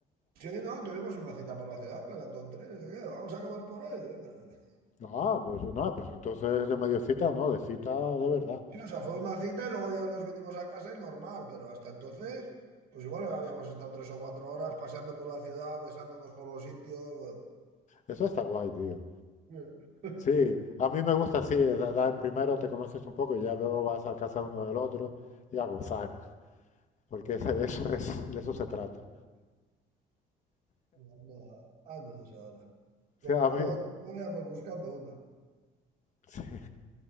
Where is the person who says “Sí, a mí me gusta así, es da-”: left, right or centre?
Left